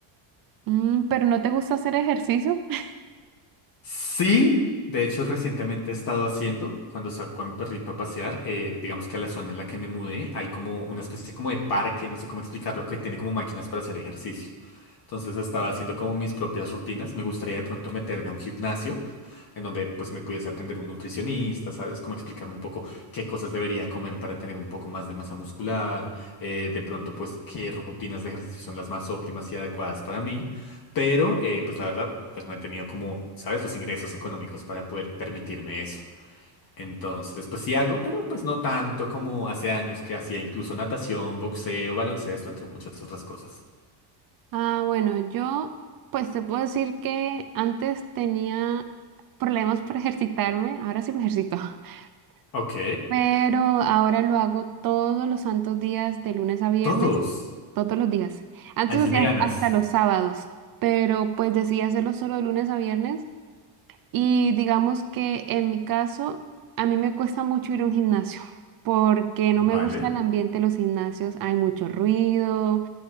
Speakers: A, on the right (about 45°); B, on the left (about 45°).
A: Mm, pero ¿no te gusta hacer ejercicio? <laughs>
B: Sí, de hecho recientemente he estado haciendo, cuando saco a mi perrito a pasear, eh, digamos que a la zona en la que me mudé, hay como una especie como de parque, no sé cómo explicarlo, que tiene como máquinas para hacer ejercicio. Entonces estaba haciendo como mis propias rutinas, me gustaría de pronto meterme a un gimnasio en donde pues me pudiese atender un nutricionista, ¿sabes? Como explicarme un poco qué cosas debería comer para tener un poco más de masa muscular, eh, de pronto pues qué rutinas de ejercicio son las más óptimas y adecuadas para mí, pero eh, pues la verdad pues no he tenido como, ¿sabes? Los ingresos económicos para poder permitirme eso. Entonces, pues sí hago, pero pues no tanto como hace años que hacía incluso natación, boxeo, baloncesto, entre muchas otras cosas.
A: Ah, bueno, yo pues te puedo decir que antes tenía problemas para ejercitarme, ahora sí me ejercito, <laughs>
B: Ok,
A: pero ahora lo hago todos los santos días, de lunes a viernes,
B: todos.
A: todos los días. Antes
B: Ahí sí
A: hacía
B: me ganas.
A: hasta los sábados, pero pues decidí hacerlo solo de lunes a viernes y digamos que en mi caso a mí me cuesta mucho ir a un gimnasio porque no
B: Vale.
A: me gusta el ambiente de los gimnasios, hay mucho ruido.